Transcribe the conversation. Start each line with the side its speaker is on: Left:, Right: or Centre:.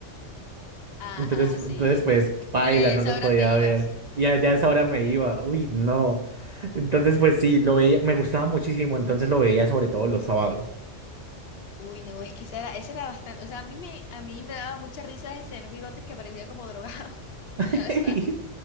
Left: Ajá,
Right: Entonces,
Left: sí.
Right: entonces pues, paila,
Left: Y a
Right: no
Left: esa
Right: lo
Left: hora
Right: podía
Left: te ibas.
Right: ver. Y allá a esa hora me iba. Uy, no. Entonces, pues sí, lo veía, me gustaba muchísimo. Entonces lo veía sobre todo los sábados.
Left: Uy, no, es que esa era, esa era bastante. O sea, a mí me, a mí me daba mucha risa el señor Bigotes que parecía como drogado, <laughs>
Right: <laughs>
Left: la verdad.
Right: Y